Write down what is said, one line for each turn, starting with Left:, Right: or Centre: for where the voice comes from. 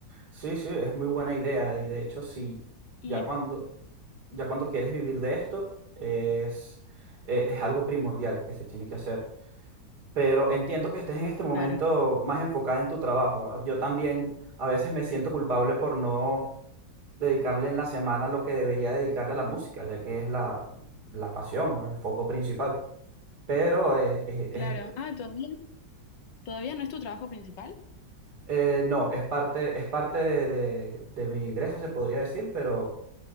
Right: Sí, sí, es muy buena idea y de hecho sí,
Left: Y
Right: ya cuando, ya cuando quieres vivir de esto es, eh, es algo primordial que se tiene que hacer. Pero entiendo que estés en este momento
Left: claro,
Right: más enfocada en tu trabajo. Ah, Yo también a veces me siento culpable por no dedicarle en la semana lo que debería dedicarle a la música, ya que es la, la pasión o el foco principal. Pero eh, eh,
Left: claro.
Right: eh, eh,
Left: Ah, ¿todavía, todavía no es tu trabajo principal?
Right: eh, no, es parte, es parte de, de- de mi ingreso, se podría decir, pero